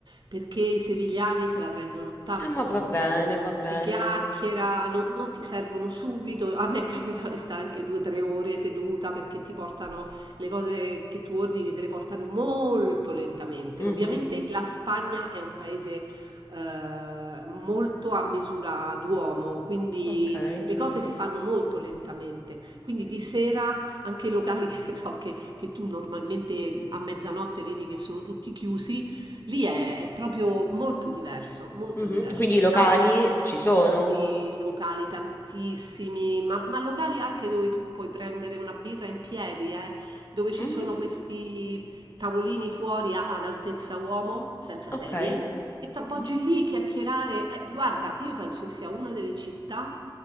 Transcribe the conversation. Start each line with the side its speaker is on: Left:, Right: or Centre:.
Right: perché i sevigliani se la prendono tanto
Left: Eh, ma
Right: comoda.
Left: va bene, va bene.
Right: Si chiacchiera, non, non ti servono subito. A me è capitato di stare anche due o tre ore seduta perché ti portano le cose che tu ordini te le portano molto lentamente.
Left: Mhm,
Right: Ovviamente la Spagna è un paese eh, molto a misura d'uomo, quindi
Left: ok.
Right: le cose si fanno molto lentamente. Quindi di sera anche i locali <laughs> che so che, che tu normalmente a mezzanotte vedi che sono tutti chiusi, lì è, è proprio molto diverso, molto
Left: Mhm.
Right: diverso.
Left: Quindi
Right: Di
Left: i locali
Right: notte
Left: ci sono.
Right: sì, locali tantissimi, ma, ma locali anche dove tu puoi prendere una birra in piedi, eh dove ci
Left: Mhm,
Right: sono questi tavolini fuori a- ad altezza uomo, senza
Left: ok.
Right: sedie, e t'appoggi
Left: Mhm.
Right: lì chiacchierare. Eh, guarda, io penso che sia una delle città